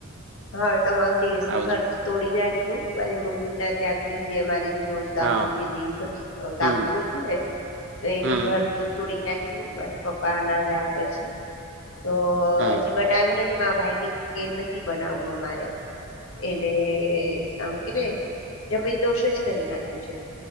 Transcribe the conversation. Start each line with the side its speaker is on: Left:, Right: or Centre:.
Left: હા તમારું દેશનુંું
Right: આવજો
Left: ઘર તોડી નાખ્યું મારી મમ્મી ના ત્યાં જે અમારે ધીમોજ ગામનું
Right: હા
Left: જે દેશ
Right: હમ
Left: ગામડું હતું ને તો એનું
Right: હમ
Left: ઘર તો તોડી નાખ્યું મારા પપ્પા ના ગયા પછી તો
Right: હમ
Left: હજી બનાવ્યું નથી <unintelligible> ભાઈ કે નથી બનાવવું અમારે એને આમ કે ને જમીન દોષ જ કરી નાખ્યું છે